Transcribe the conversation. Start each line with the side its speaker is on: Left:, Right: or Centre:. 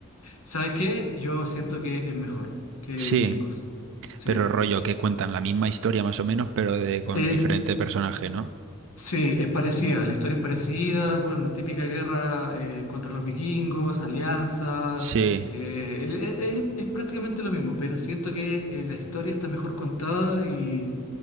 Left: ¿Sabes qué? Yo siento que es mejor que
Right: Sí,
Left: Vikingos. Sí.
Right: pero rollo que cuentan la misma historia más o menos, pero de con
Left: Es,
Right: diferente personaje, ¿no?
Left: sí, es parecida, la historia es parecida, bueno, típica guerra eh, contra los vikingos, alianza,
Right: Sí,
Left: eh, el- e- es, es prácticamente lo mismo, pero siento que eh, la historia está mejor contada y,